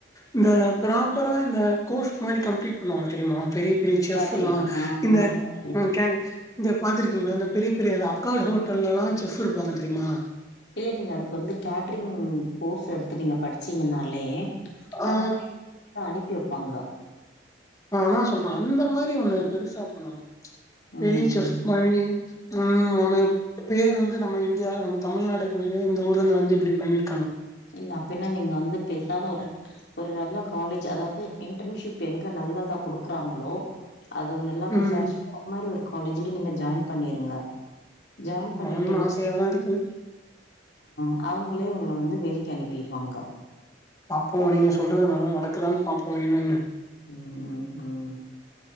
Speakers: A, on the left (about 20°); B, on the left (about 65°).
A: இந்த ப்ராப்பரா இந்த கோர்ஸ் மாரி கம்ப்ளீட் பண்ணுவாங்க தெரிமா பெரிய பெரிய செஃப்லா
B: கேட்டரிங். ஆ,
A: இந்த
B: ஆ கேட்டரிங்.
A: ம் கேங் இந்த பாத்துருக்கீங்களா இந்த பெரிய பெரியல அக்கார்ட் ஹோட்டல்லலா செஃப் இருப்பாங்க தெரியுமா
B: இல்ல நீங்க அதுக்கு வந்து கேட்டரிங் கோர்ஸ் எடுத்து நீங்க படிச்சிங்கனாலே
A: ஆ
B: அவுங்களே <inaudible> அனுப்பி வப்பாங்க
A: ஆ அதா சொல்ற அந்த மாறி ஒன்னு பெருசா பண்ணணு
B: ம்
A: பெரிய செஃப் மாறி ம் நம்ம பேர் வந்து நம்ம இந்தியா நம்ம தமிழ்நாடுக்கு வந்து இந்த ஊர்லந்து வந்து இப்டி பண்ணிரு
B: இல்ல அப்பின்னா நீங்க வந்து பேசாம ஒரு ஒரு நல்ல காலேஜ் அதாவது இன்டர்ன்ஷிப் எங்க நல்லதா குடுக்குறாங்களோ அத நல்லா
A: ம்
B: விசாரிச்சுட்டு அந் மாறி ஒரு காலேஜ்ல நீங்க ஜாயின் பண்ணிருங்க ஜாயின் பண்ணிட்டீங்க
A: பண்ணனுனு ஆசையாதா
B: <inaudible>
A: இருக்கு
B: ஆ அவங்களே உங்கள வந்து வேலைக்கு அனுப்பிருவாங்க.
A: பாப்போ நீங்க சொல்றது நல்லா நடக்குதான்னு பாப்போ என்னன்னு
B: ம் ம் ம்